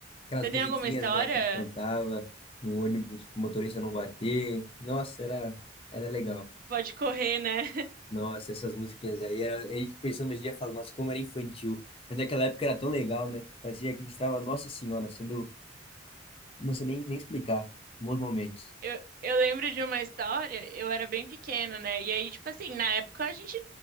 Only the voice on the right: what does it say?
Você
tem alguma história?
Pode correr, né?
Eu, eu lembro de uma história, eu era bem pequena, né? E aí, tipo assim, na época a gente